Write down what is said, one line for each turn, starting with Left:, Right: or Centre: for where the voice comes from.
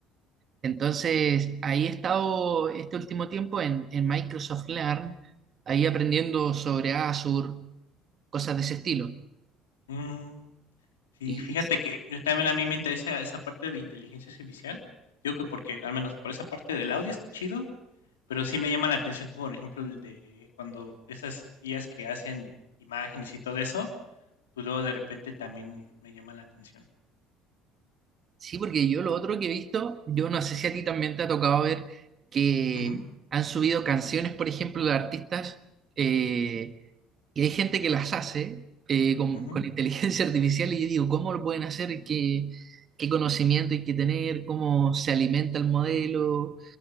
Right: Entonces ahí he estado este último tiempo en, en Microsoft Learn, ahí aprendiendo sobre Azure, cosas de ese estilo.
Left: mm. Sí,
Right: Y
Left: fíjate que yo también a mí me interesa esa parte de inteligencia artificial. Digo que porque al menos por esa parte del audio está chido, pero sí me llama la atención como por ejemplo el de cuando esas IAs que hacen imágenes y todo eso, pues luego de repente también me llama la atención.
Right: Sí, porque yo lo otro que he visto, yo no sé si a ti también te ha tocado ver que
Left: Ujú,
Right: han subido canciones, por ejemplo, de artistas, eh, que hay gente que las hace eh, con,
Left: ujú.
Right: con inteligencia <laughs> artificial y yo digo, ¿cómo lo pueden hacer? ¿Qué, qué conocimiento hay que tener? ¿Cómo se alimenta el modelo?